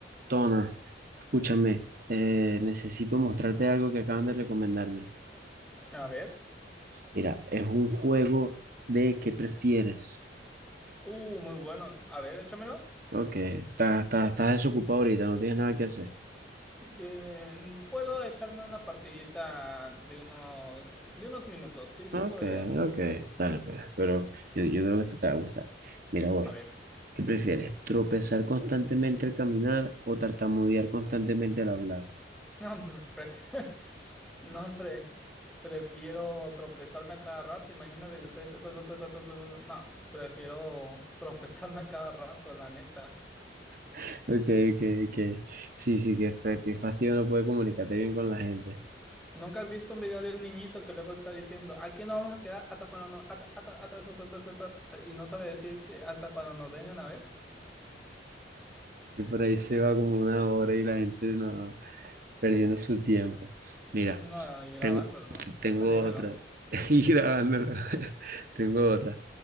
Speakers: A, on the right (about 50°); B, in the centre.
A: Toner, escúchame, eh, necesito mostrarte algo que acaban de recomendarme.
B: A ver.
A: Mira, es un juego de qué prefieres.
B: Uh, muy buenos. A ver, échamelo.
A: Ok, estás, estás, estás desocupado ahorita, no tienes nada que hacer.
B: Eh, puedo echarme una partidita de unos, de unos minutos. Sí, sí
A: Ok,
B: podría.
A: ok, dale, pues, pero yo, yo creo que esto te va a gustar. Mira, voy.
B: A ver. <laughs>
A: ¿Qué prefieres? ¿Tropezar constantemente al caminar o tartamudear constantemente al hablar?
B: No, pues, pref- <laughs> no, hombre. Prefiero tropezarme a cada rato. Imagínate que estoy. ta, ta, ta, ta, ta, ta, ta, ta. No, prefiero <laughs> tropezarme a cada rato, la neta.
A: <laughs> Ok, ok, ok. Sí, sí, qué fe, qué fastidio no poder comunicarte bien con la gente.
B: ¿Nunca has visto un video de un niñito que luego está diciendo, aquí no vamos a quedar hasta cuando no, hasta- hasta- hasta- hasta- hasta- hasta- hasta", y no sabe decir que hasta cuando nos vengan a ver?
A: Y por ahí se va como una hora y la gente no. perdiendo su tiempo. Mira,
B: No, y grabándolo.
A: tengo, tengo
B: Pues dímelo.
A: otra. <laughs> Y grabándola. <laughs> Tengo otra.